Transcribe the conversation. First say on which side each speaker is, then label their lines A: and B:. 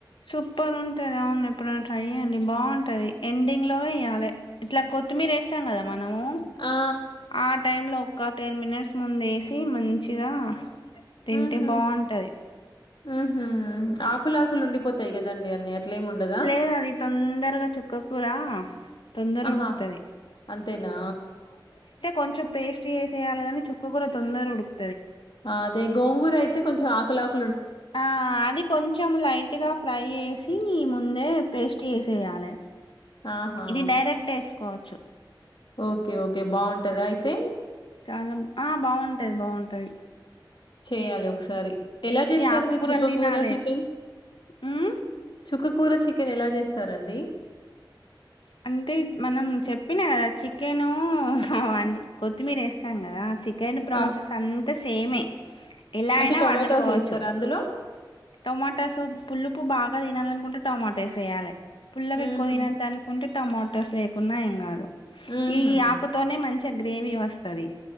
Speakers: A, on the left; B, on the left.
A: సూపర్ ఉంటది అవును ఎప్పుడైన ట్రై చేయండి బాగుంటది ఎండింగ్ లో ఇయ్యాలి ఇట్లా కొత్తిమీర వేసాం కదా మనము
B: ఆ
A: ఆట్ టైమ్ లో ఒక టెన్ మినిట్స్ ముందు వేసి మంచిగా తింటే
B: ఉహు
A: బాగుంటది
B: ఉహు ఆకులు ఆకులు ఉండిపోతాయి కదండి అన్ని అట్లేమి ఉండదా
A: లేదు అది తొందరగా చుక్కకూర రా తొందర
B: ఆహా
A: ఉడ్కుతది
B: అంతేనా
A: కొంచెం పేస్ట్ చేసేయాలిగాని చుక్క కూూర తొందర ఉడుకు
B: అదే గోంగూర అయితే కొంచెం ఆకులకులు
A: ఆ అది కొంచెం లైట్ గా ఫ్రై చేేసి ఈ మొత్ ముందే పేస్ట్ చేసేయాలే
B: ఆహా
A: ఇది డైరెక్ట్ వేసుకోవచ్చు
B: ఓకే ఓకే బాగుంటదా అయితే
A: చానం ఆ బాగుంటాది బాగుంటాది
B: చేయాలి ఒకసారి ఎలా చేస్తారు
A: ఈ ఆకుకూరలు
B: మీరు చుక్క
A: తినాలే.
B: కూర చికెన్
A: హ్మ్.
B: చుక్ కూర చికెన్ ఎలా చేస్తారండి
A: అంటే మనం చెప్పినా కదా చికెను హా అంట్ కొత్తిమీర వేస్తాం కదా చిక్ కేన్ ప్రాసెస్
B: ఆ
A: అంతా సేమే ఎలా
B: అంటే
A: అయినా
B: టొమాటోస్
A: వండుకోవచ్చు
B: ఏస్తారా అందులో?
A: టొమాటో సూప్ పుల్లుపు బాగా తినాలని అనుకుంటే టొమాటోస్ వేయాలి పుల్లగా
B: హుహు.
A: ఎక్కువ తినదనుకుంటే టమాటోస్ యేయకున ఏం కాదు
B: హుహు.
A: ఈ ఆకుతోనే మంచిగ గ్రేవీ వస్తది